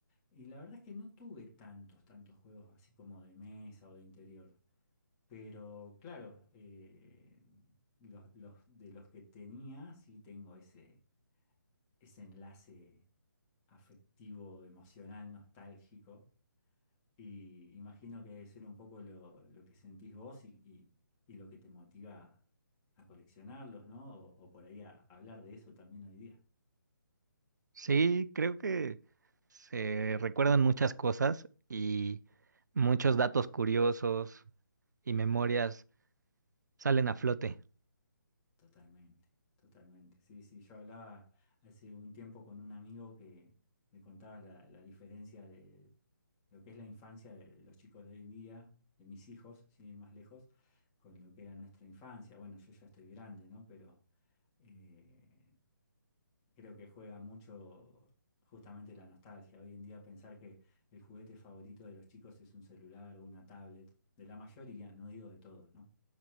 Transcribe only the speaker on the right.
Sí, creo que se recuerdan muchas cosas y muchos datos curiosos y memorias salen a flote.